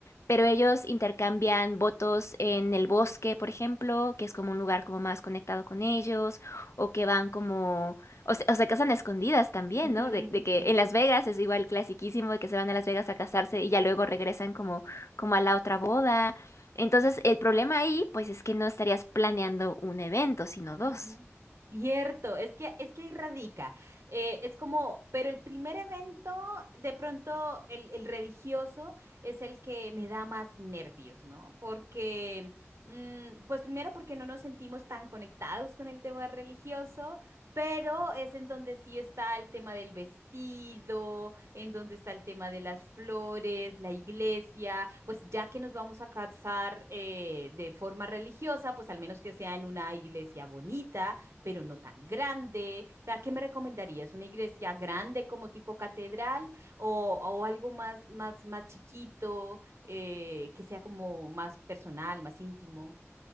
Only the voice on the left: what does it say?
pero ellos intercambian votos en el bosque, por ejemplo, que es como un lugar como más conectado con ellos, o que van como, o se, o se casan a escondidas también,
¿no? De, de que
en Las Vegas es igual clasiquísimo de que se van a Las Vegas a casarse y ya luego regresan como, como a la otra boda. Entonces, el problema ahí, pues es que no estarías planeando un evento, sino dos.